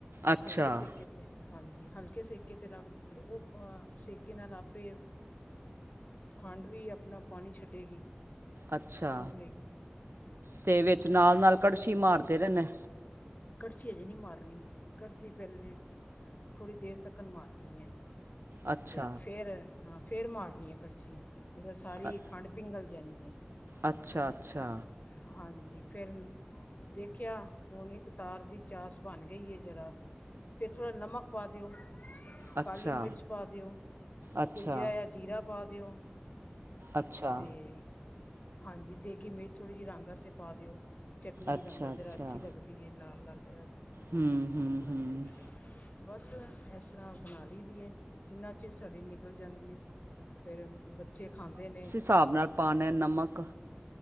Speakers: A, on the right; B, on the left.
A: ਅੱਛਾ
B: ਹਲਕੇ, ਸੇਕੇ। ਤੇ ਹਾਂਜੀ। ਹਲਕੇ ਸੇਕੇ, ਤੇ ਰੱਖ ਦਿੱਤੇ। ਉਹ ਅਹ ਸੇਕੇ ਨਾਲ ਆਪੇ। ਖੰਡ ਵੀ ਆਪਣਾ, ਪਾਣੀ ਛੱਡੇਗੀ।
A: ਅੱਛਾ
B: ਪਿੰਗਲੇ ਗੀ।
A: ਤੇ ਵਿੱਚ, ਨਾਲ- ਨਾਲ, ਕੜਸੀ ਮਾਰਦੇ ਰਹਿਣਾ।
B: ਕੱੜਛੀ ਹਜੇ ਨਹੀਂ, ਮਾਰਨੀ। ਕੱੜਛੀ ਪਹਿਲੇ, ਥੋੜੀ ਦੇਰ ਤੱਕਰ ਮਾਰਨੀ ਹੈ।
A: ਅੱਛਾ
B: ਤੇ ਫੇਰ, ਹਾਂ ਫਿਰ, ਮਾਰਨੀ ਹੈ ਕੱੜਛੀ। ਜਿਸੇ ਸਾਰੀ
A: ਅ-
B: ਖੰਡ ਪਿੰਗਲ ਜਾਣੀ ਹੈ।
A: ਅੱਛਾ-
B: ਹੈਂ
A: ਅੱਛਾ।
B: ਹਾਂਜੀ, ਫਿਰ ਦੇਖਿਆ ਹੁਣ ਇਕ ਤਾਰ ਦੀ ਚਾਸ ਬਣ ਗਈ ਐ ਜਰਾ। ਫੇਰ ਥੋੜਾ ਨਮਕ ਪਾ ਦਿਓ।
A: ਅੱਛਾ।
B: ਕਾਲੀ ਮਿਰਚ ਪਾ ਦਿਓ,
A: ਅੱਛਾ
B: ਬੁਝਿਆ ਆ ਜੀਰਾ ਪਾ ਦਿਓ।
A: ਅੱਛਾ।
B: ਤੇ ਹਾਂਜੀ, ਦੇਗੀ ਮਿਰਚ ਥੋੜ੍ਹੀ ਜਿਹੀ ਰੰਗ ਆਸਤੇ ਪਾ ਦਿਓ। ਚਟਨੀ ਦੀ
A: ਅੱਛਾ
B: ਰੰਗਤ
A: ਅੱਛਾ
B: ਜਰਾ ਅੱਛੀ ਲੱਗਦੀ ਦੀਏ ਲਾਲ-ਲਾਲ ਜਿਹੜਾ ਸੀ,
A: ਹੂੰ ਹੂੰ
B: ਹਾਂਜੀ।
A: ਹੂੰ
B: ਬਸ ਇਸ ਤਰ੍ਹਾਂ ਬਣਾ ਲਈ ਦੀਏ, ਕਿੰਨਾ ਚਿਰ ਸਾਡੀ ਨਿਕਲ ਜਾਂਦੀ ਐ। ਫਿਰ ਬੱਚੇ ਖਾਂਦੇ ਨੇ।
A: ਸਾਬ ਨਾਲ ਪਾਣਾ ਨਮਕ